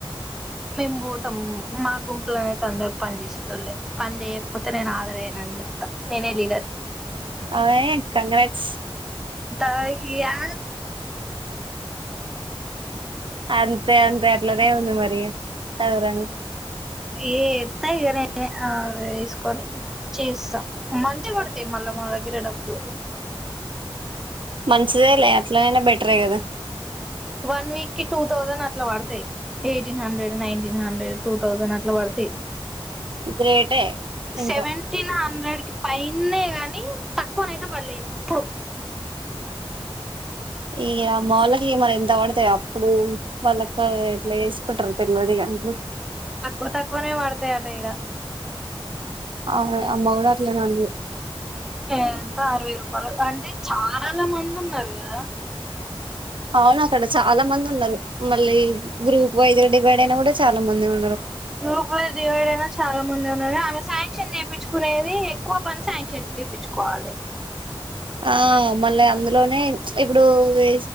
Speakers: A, in the centre; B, on the right.
A: మేము పోతాం మా గుంపులోనేయితే అందరు పని చేసేటోళ్లే పని చేయకపోతే నేను హాజరు అయ్యానని చెప్పా త నేనే లీడర్
B: అవే కంగ్రాట్స్
A: దానికియా
B: అంతే అంతే అట్లానే ఉంది మరి ఎవరన్
A: ఏ ఎత్తా ఇగ నేను ఆ వేసుకొని చేస్తాం మంచి పడతాయి మ మల్ల మా దగ్గర డబ్బలు
B: మంచిదే లే అట్లనేైనా బెటరే కదా
A: వన్ వీక్ కి టూ థౌజండ్ అట్లా పడతాయి eighteen hundred nineteen hundred two thousand అట్లా పడతాయి
B: గ్రేటే ఇంకా
A: సెవెన్ టీన్ హండ్రెడ్ పైన గాని తక్కువనయితే పడలే ఎప్పుడు
B: ఇగ అమ్మ వాళ్ళకి ఇగ మరి ఎంత పడతాయో అప్పుడు వాళ్ళకి ఎట్లా వేసుకుంటారు తెలువదు ఇగ <inaudible>
A: ఓ తక్కువనే పడుతాయి ఆట ఇడ
B: అవు అమ్మ గూడ అట్లానే అన్నది
A: ఎంత అరవై రూపాయలు అంటే చాలా మంది ఉన్నారు కదా
B: అవును అక్కడ చాలా మంది ఉన్నారు మళ్ళీ గ్రూప్ వైజ్ డివైడ్ అయినా కూడా చాలా మంది ఉ
A: గ్రూపులుగా డివైడ్ అయినచాలా మంది ఉన్నా ఆ సాయే సాంక్షన్ చేపిచ్చుకునేది ఎక్కువ పని సాంక్షన్ చేయిపించుకోవాలి
B: ఆ మళ్ళీ అందులోనే ఇప్పుడు వే